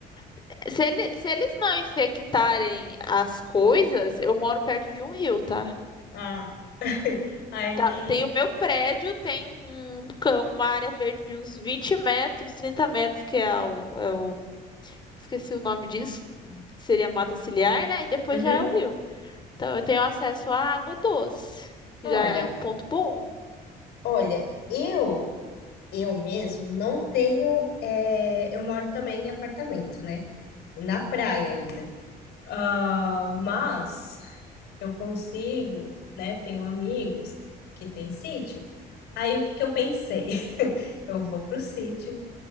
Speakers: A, on the left; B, on the left.
A: <laughs> se, ele- se eles não infectarem as coisas, eu moro perto de um rio, tá?
B: Ah, <laughs> aí.
A: Tá, tem o meu prédio, tem um um cão, uma área verde de uns 20 metros, 30 metros, que é o, é o- esqueci o nome disso, seria mata ciliar, né? E depois
B: uhum.
A: já é o rio. Então eu tenho acesso à água doce. Já
B: Olha,
A: é um ponto bom.
B: olha, eu, eu mesmo não tenho. é, eu moro também em apartamento, né? Na praia ainda. Ah, mas eu consigo, né? Tenho amigos que têm sítio. Aí o que que eu pensei? <laughs> Eu vou pro sítio,